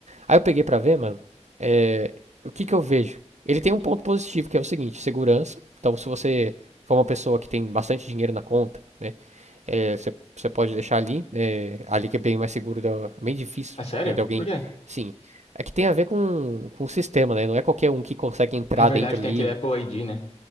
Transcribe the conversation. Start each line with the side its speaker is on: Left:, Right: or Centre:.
Right: Aí eu peguei pra ver, mano, é, o que que eu vejo? Ele tem um ponto positivo, que é o seguinte, segurança. Então, se você for uma pessoa que tem bastante dinheiro na conta, né, é, você, você pode deixar ali, né, ali que é bem mais seguro, da, é bem difícil,
Left: É sério?
Right: né, de alguém,
Left: Por quê?
Right: sim. É que tem a ver com, com o sistema, né? Não é qualquer um que consegue entrar
Left: É verdade,
Right: dentro ali,
Left: tem aquele Apple ID, né?